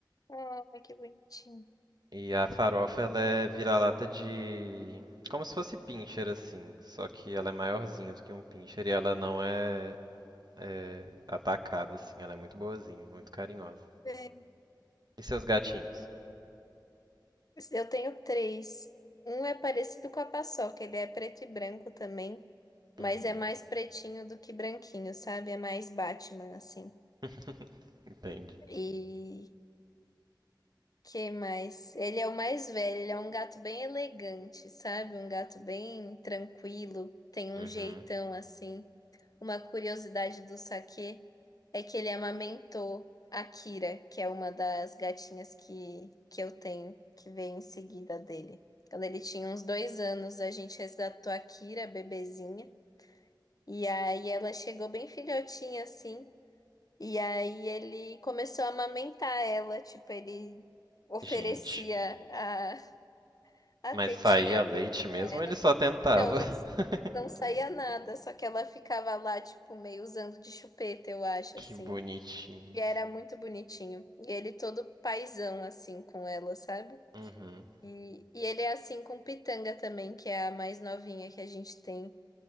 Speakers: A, on the left; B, on the right.
A: Ai, que bonitinho.
B: E a farofa ela é vira-lata de como se fosse pincher assim, só que ela é maiorzinha do que um pincher e ela não é, é atacada assim. Ela é muito boazinha, muito carinhosa.
A: Sei.
B: E seus gatinhos?
A: Eu tenho três. Um é parecido com a paçoca, ele é preto e branco também, mas
B: Uhum.
A: é mais pretinho do que branquinho, sabe? É mais Batman, assim.
B: <laughs> Entendi.
A: E Que mais? Ele é o mais velho, ele é um gato bem elegante, sabe? Um gato bem tranquilo, tem um
B: Uhum.
A: jeitão assim. Uma curiosidade do Saquê é que ele amamentou a Kira, que é uma das gatinhas que, que eu tenho, que veio em seguida dele. Quando ele tinha uns dois anos, a gente resgatou a Kira, bebezinha, e aí ela chegou bem filhotinha assim. E aí ele começou a amamentar ela, tipo, ele oferecia
B: Gente.
A: a, a
B: Mas
A: tetinha
B: saía leite
A: dele
B: mesmo
A: pra ela.
B: ou ele só tentava?
A: Então
B: <laughs>
A: não, não saía nada, só que ela ficava lá, tipo, meio usando de chupeta, eu acho,
B: que
A: assim.
B: bonitinho.
A: E era muito bonitinho. E ele todo paizão, assim, com ela, sabe?
B: Uhum.
A: E ele é assim com Pitanga também, que é a mais novinha que a gente tem.